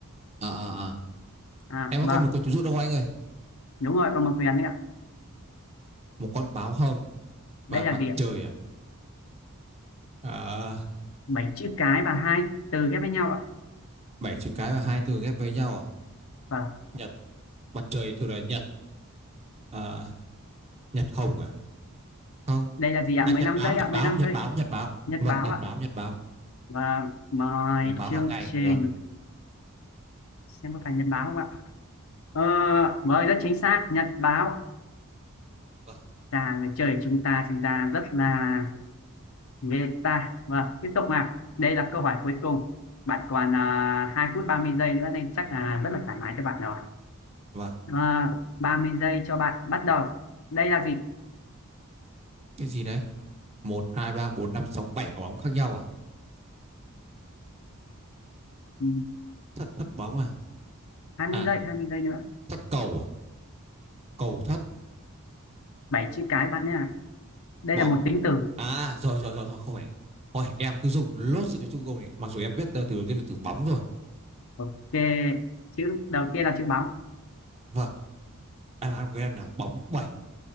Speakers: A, on the right (about 30°); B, on the left (about 65°).
A: à, à, à.
B: à
A: Em có
B: vâng
A: còn một câu trợ giúp đâu anh ơi?
B: đúng rồi còn một quyền đấy ạ
A: Một con báo hồng
B: đây
A: và mặt
B: là gì ạ
A: trời à? À,
B: bảy chữ cái và hai từ ghép với nhau ạ
A: bảy chữ cái và hai từ ghép với nhau à?
B: vâng
A: Nhật, mặt trời thường là nhật. À, nhật hồng à? Không.
B: đây là gì ạ
A: À,
B: mười
A: nhật
B: lăm
A: báo,
B: giây
A: nhật
B: ạ
A: báo,
B: mười lăm
A: nhật
B: giây
A: báo, nhật báo.
B: nhật
A: Vâng,
B: báo
A: nhật
B: ạ
A: báo, nhật báo.
B: vâng mời
A: Là báo
B: chương
A: hàng ngày
B: trình
A: rồi.
B: xem có phải nhật báo không ạ ờ vâng rất chính xác nhật báo
A: Vâng,
B: chàng trời chúng ta sinh ra rất là Game ta vâng tiếp tục nào đây là câu hỏi cuối cùng bạn còn à, 2 phút 30 giây nữa nên chắc là rất là thoải mái cho bạn rồi
A: vâng.
B: à, ba mươi giây cho bạn bắt đầu đây là gì
A: Cái gì đấy? một hai ba bốn năm sáu bảy quả bóng khác nhau à
B: ừ,
A: thất thất bóng à
B: hai mươi
A: à
B: giây 20 giây nữa
A: thất cầu à cầu thất
B: 7 chữ cái bạn nhé đây
A: bóng
B: là một tính từ
A: à rồi rồi rồi thôi không phải thôi em cứ dùng lốt sự cho chung cùng này mặc dù em biết từ đầu tiên là từ bóng rồi
B: ok chữ đầu tiên là chữ bóng
A: vâng đáp án của em là bóng bảy